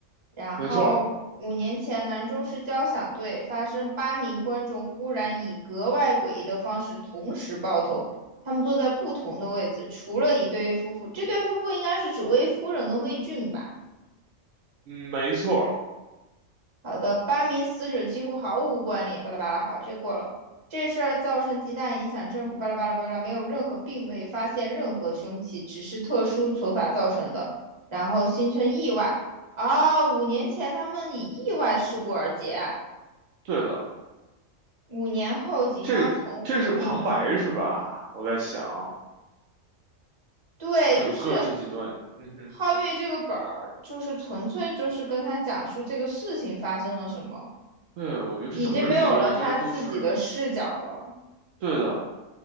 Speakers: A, on the right; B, on the right.
A: 然后五年前，
B: 没错儿
A: 南中市交响队发生八名观众忽然以格外诡异的方式同时爆头，他们坐在不同的位置，除了一对夫妇，这对夫妇应该是指魏夫人跟魏俊吧？
B: 嗯没错儿
A: 好的，班名死者几乎毫无关联，巴拉巴拉。好，这过了。这事儿造成极大影响，政府巴拉巴拉巴拉，没有任何，并未发现任何凶器，只是特殊手法造成的，然后形成意外。啊、五年前他们以意外事故而结案，
B: 对的。
A: 五年后警方从，
B: 这这是旁白是吧？
A: 嗯，你说，
B: 我在想，
A: 对，
B: 整个这几段，
A: 就是
B: 嗯哼，
A: 皓月这个本儿，就是纯粹就是跟他讲述这个事情发生了什么，
B: 对，我觉得这整个这几段应该都是
A: 已经没有了他自己的视角了。
B: 对的。